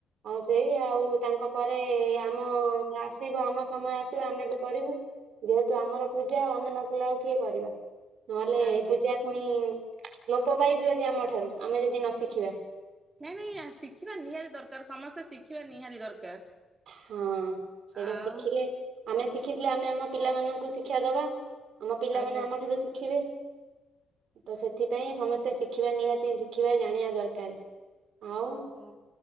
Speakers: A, on the right (about 70°); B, on the right (about 25°).
A: ଆଉ ସେଇ ଆଉ ତାଙ୍କ ପରେ ଆମ ଆସିବ ଆମ ସମୟ ଆସିବା ଆମେ ବି କରିବୁ ଯେହେତୁ ଆମର ପୂଜା ଆମେ ନ କଲେ ଆଉ କିଏ କରିବା? ନହେଲେ
B: ଆଜ୍ଞା
A: ପୂଜା ପୁଣି ଲୋପ ପାଇଯିବ ଯେ ଆମଠାରୁ ଆମେ ଯଦି ନ ଶିଖିବା।
B: ନାଇଁ ନାଇଁ ଆ ଶିଖିବା ନିହାତି ଦରକାର ସମସ୍ତେ ଶିଖିବା ନିହାତି ଦରକାର।
A: ହଁ ସେଇଟା
B: ଆଉ
A: ଶିଖିଲେ ଆମେ ଶିଖିଥିଲେ ଆମେ ଆମ ପିଲାମାନଙ୍କୁ ଶିକ୍ଷା ଦବା। ଆମ ପିଲାମାନେ
B: ଆଜ୍ଞା
A: ଆମ ଠାରୁ ଶିଖିବେ। ତ ସେଥିପାଇଁ ସମସ୍ତେ ଶିଖିବା ନିହାତି ଶିଖିବା ଜାଣିବା ଦରକାର। ଆଉ
B: ଓ ହୋ।